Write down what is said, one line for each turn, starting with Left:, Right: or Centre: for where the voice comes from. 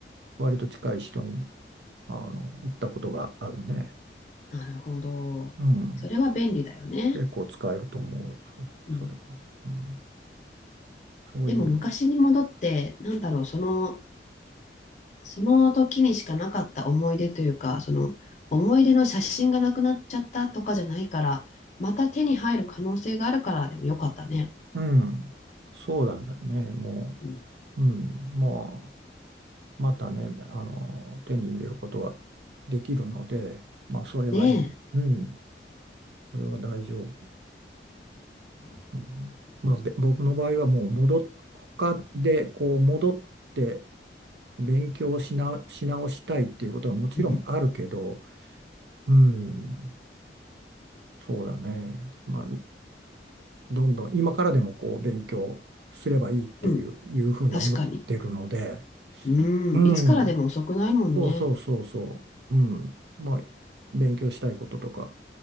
Right: 割と近い人に、あの、売ったことがあるね。
Left: なるほど。
Right: うん。
Left: それは便利だよね。
Right: 結構使えると思う、
Left: うん、
Right: そそれは。うん。そういう、
Left: でも昔に戻って、なんだろう、その、その時にしかなかった思い出というか、その思い出の写真がなくなっちゃったとかじゃないから、また手に入る可能性があるから、でもよかったね。
Right: うん。そうなんだよね、も
Left: うん、
Right: う。うん、まあ。またね、あの、手に入れることはできるので、まあ、それはいい。
Left: ね
Right: うん、これは大丈夫。
Left: え。
Right: うん、まあ、で、僕の場合はもう戻っ、他でこう戻って勉強しな、し直したいっていうことはもちろんあるけど、
Left: うん、
Right: うん、そうだね。まあ、どんどん今からでもこう勉強すればいいっていう、
Left: うん、
Right: いうふうに思ってるので、
Left: 確かに。うん、
Right: うん。
Left: いつからでも遅くないもんね。
Right: そうそうそうそう。うん。まあ、勉強したいこととか、